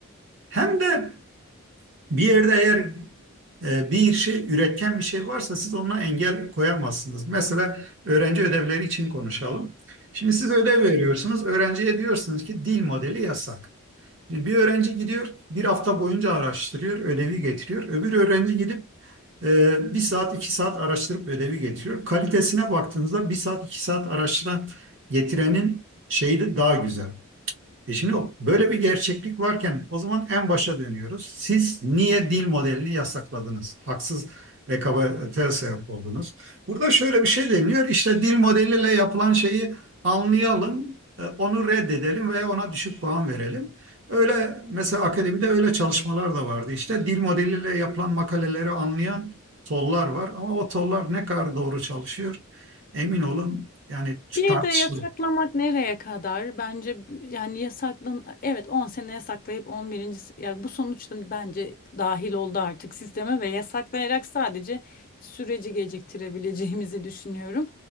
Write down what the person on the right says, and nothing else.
hem de bir yerde eğer e, bir şey üretken bir şey varsa siz ona engel koyamazsınız. Mesela öğrenci ödevleri için konuşalım. Şimdi siz ödev veriyorsunuz. Öğrenciye diyorsunuz ki dil modeli yasak. Şimdi bir öğrenci gidiyor, bir hafta boyunca araştırıyor, ödevi getiriyor. Öbür öğrenci gidip e, bir saat, iki saat araştırıp ödevi getiriyor. Kalitesine baktığınızda bir saat, iki saat araştıran getirenin şeyi de daha güzel. E şimdi o- böyle bir gerçeklik varken o zaman en başa dönüyoruz. Siz niye dil modelini yasakladınız? Haksız rekabete sebep oldunuz. Burada şöyle bir şey deniliyor. İşte dil modeliyle yapılan şeyi anlayalım, e, onu reddedelim veya ona düşük puan verelim. Öyle mesela akademide öyle çalışmalar da vardı. İşte dil modeliyle yapılan makaleleri anlayan tollar var ama o tollar ne kadar doğru çalışıyor emin olun yani
tartışılır.